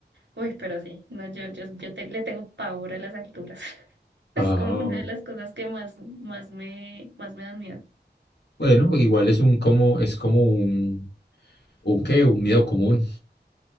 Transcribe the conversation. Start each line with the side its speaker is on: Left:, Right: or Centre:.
Right: Uy, pero sí, no, yo, yo, yo te- le tengo pavor a las alturas. <laughs> Es
Left: Ah,
Right: como una de las cosas que más, más me, más me dan miedo.
Left: bueno, igual es un como, es como un, un qué, un miedo común.